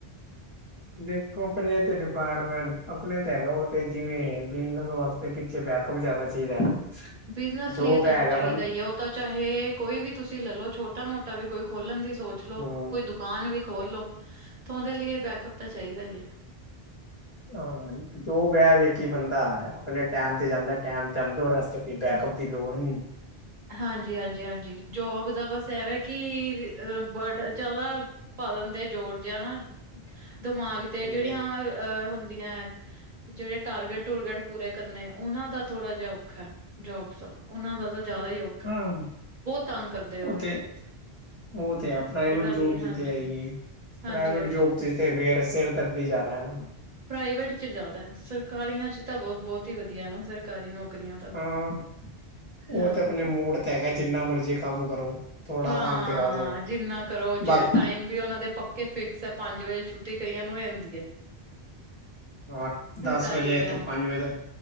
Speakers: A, on the left; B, on the right.
A: ਦੇਖੋ ਆਪਣੇ ਤੇ ਡਿਪਾਰਟਮੈਂਟ ਆਪਣੇ ਤੇ ਹੈਗਾ ਉਹ ਤੇ ਜਿਵੇਂ <unintelligible> ਤੇ ਪਿੱਛੇ ਬੈਕਅੱਪ ਜ਼ਿਆਦਾ ਚਾਹੀਦਾ ਹੈ।
B: ਬਿਜਨਸ
A: ਜੋਬ
B: ਲਈ ਤਾਂ
A: ਹੈਗਾ
B: ਜੀ ਚਾਹੀਦਾ
A: ਬੰ
B: ਹੀ ਆ ਉਹ ਤਾਂ ਚਾਹੇ ਕੋਈ ਵੀ ਤੁਸੀਂ ਲੈਲੋ ਛੋਟਾ ਮੋਟਾ ਵੀ ਕੋਈ ਖੋਲਣ ਦੀ ਸੋਚ ਲੋ
A: ਹਮ
B: ਕੋਈੁ ਦੁ ਦੁਕਾਨ ਵੀ ਖੋਲਲੋ ਤਾਂ ਉਹਦੇ ਲਈ ਇਹ ਬੈਕਅੱਪ ਤਾਂ ਚਾਹੀਦਾ ਹੀ ਹੈ
A: ਹਾਂ ਜੋ ਬਹਿ ਵਖ ਬੰਦਾ ਆਪਣੇ ਟੈਮ ਤੇ ਜਾਂਦਾ ਟੈਮ ਤੇ ਆਉਂ ਰਸ <unintelligible> ਬੈਕਅੱਪ ਦੀ ਲੋੜ ਨਹੀਂ
B: ਹਾਂਜੀ, ਹਾਂਜੀ, ਹਾਂਜੀ ਜੋਬ ਦਾ ਬਸ ਇਹ ਹੈ ਕਿ <unintelligible> ਬੜਾ ਜ਼ਿਆਦਾ ਪਾਲਨ ਤੇ ਜੋੜ ਜਿਹਾ ਨਾ ਦਿਮਾਗ ਤੇ
A: ਹਾਂਜੀ
B: ਜਿਹੜੀਆਂ ਅਹ ਹੁੰਦੀਆਂ ਜਿਹੜੇ ਟਾਰਗੇਟ ਟੂਰਗੇਟ ਪੂਰੇ ਕਰਨੇ ਉਹਨਾਂ ਦਾ ਥੋੜ੍ਹਾ ਜਿਹਾ ਔਖਾ ਹੈ। ਜੋਬਸ ਦਾ, ਉਹਨਾ ਦਾ ਤਾਂ ਜ਼ਿਆਦਾ ਹੀ ਔ
A: ਹਾਂ
B: ਤੰਗ ਕਰਦੇ
A: ਉਹ
B: ਹੋ।
A: ਤੇ ਉਹ ਤੇ ਹੈ ਪ੍ਰਾਈਵੇਟ
B: ਵਾਲੀ
A: ਜੋਬ
B: ਏ
A: ਜਿੱਥੇ
B: ਹਾਂਜੀ,
A: ਹੈਗੀ ਏ
B: ਹਾਂਜੀ,
A: ਪ੍ਰਾਈਵੇਟ
B: ਹਾਂਜੀ
A: ਜੋਬ ਚ ਤੇ ਫੇਰ ਸਿਰ ਦਰਦੀ ਜ਼ਿਆਦਾ ਹੈ ਨਾਅ
B: ਪ੍ਰਾਈਵੇਟ ਚ ਜ਼ਿਆਦਾ ਸਰਕਾਰੀਆਂ ਚ ਤਾਂ ਬਹੁਤ ਬਹੁਤ ਹੀ ਵਧੀਆ ਨਾ ਸਰਕਾਰੀ ਨੌਕਰੀਆਂ
A: ਹਾਂ ਉਹ
B: ਹਾਂ,
A: ਤੇ ਆਪਣੇ ਮੂਡ ਤੇ ਹੈਗਾ ਜਿੰਨਾ ਮਰਜ਼ੀ ਕੰਮ ਕਰੋ ਥੋੜ੍ਹਾ
B: ਹਾਂ
A: ਕੰਮ ਦਿਖਾ ਦੋ
B: ਜਿੰਨਾ ਕਰੋ ਜੇ
A: ਬਾਕੀ
B: ਟਾਈਮ ਵੀ ਉਹਨਾ ਦੇ ਪੱਕੇ ਫਿਕਸ ਹੈ। ਪੰਜ ਵਜੇ ਛੁੱਟੀ ਕਈਆਂ ਨੂੰ ਹੋ ਜਾਂਦੀ ਹੈ।
A: ਅ
B: ਸਰਕਾਰੀ
A: ਦਸ ਵਜੇ
B: ਵਾਲਿਆਂ
A: ਤੋਂ
B: ਨੂੰ
A: ਪੰਜ ਵਜੇ ਤੱਕ